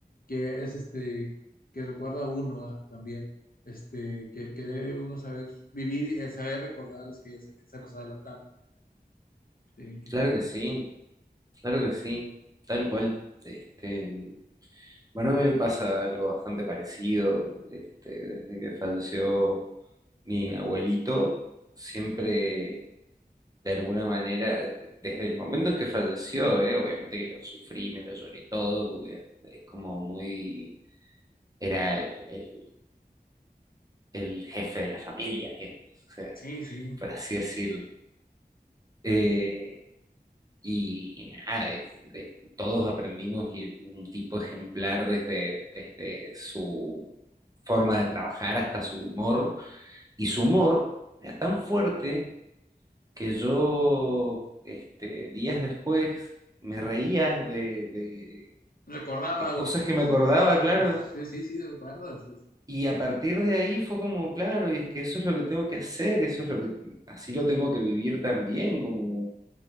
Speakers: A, on the left; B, on the right.
A: que es este que recuerda a uno ah, también este, que, que debe uno saber vivir y eh, saber recordar a los que ya se, se nos adelantaron. Sí,
B: Claro que sí. Claro que sí, tal cual. Este, bueno, a mí me pasa algo bastante parecido. Este, desde que falleció mi abuelito, siempre, de alguna manera, desde el momento en que falleció, eh, obviamente que lo sufrí, me lo lloré todo, porque es como muy, era el, el- el jefe de la familia, digamos, o sea,
A: sí, sí.
B: por así decirlo. Eh, Y nada, de- de- todos aprendimos y un tipo ejemplar desde, desde su forma de trabajar hasta su humor. Y su humor era tan fuerte que yo, este, días después, me reía de, de-
A: Recordabas
B: de cosas que me acordaba,
A: los,
B: claro.
A: sí, sí, sí, recuerdas. Sí,
B: Y a partir de ahí fue como, claro, y es que eso es lo que tengo que hacer, eso es lo que, así lo tengo que vivir también, como,